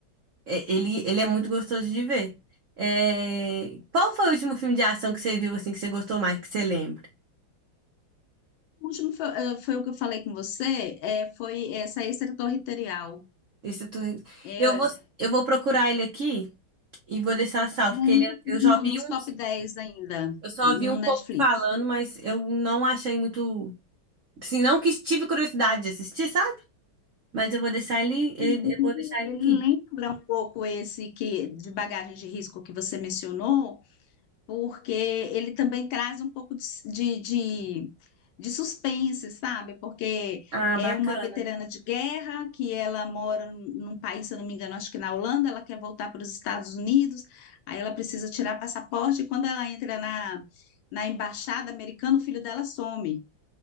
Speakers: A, on the right (about 75°); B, on the left (about 75°).
A: É, Ele, ele é muito gostoso de ver. É, Qual foi o último filme de ação que você viu assim que você gostou mais, que você lembra?
B: O último foi, eh, foi o que eu falei com você, é, foi essa extraterritorial.
A: Isso tu...
B: É,
A: Eu
B: é,
A: vou, eu vou procurar ele aqui e vou deixar salvo,
B: ele
A: porque
B: é ainda
A: ele, é,
B: tá
A: eu já
B: no,
A: vi
B: nos top
A: uns,
B: 10 ainda,
A: eu só
B: no
A: vi um
B: Netflix.
A: pouco falando, mas eu não achei muito, assim, não que tive curiosidade de assistir, sabe? Mas eu vou deixar ele, ele-
B: E Ele,
A: eu vou deixar ele
B: ele
A: aqui.
B: lembra um pouco esse que de bagagem de risco que você mencionou, porque ele também traz um pouco de, de, de, de suspense, sabe? Porque
A: Ah,
B: é
A: bacana.
B: uma veterana de guerra que ela mora num país, se eu não me engano, acho que na Holanda, ela quer voltar para os Estados Unidos, aí ela precisa tirar passaporte, e quando ela entra na, na embaixada americana, o filho dela some.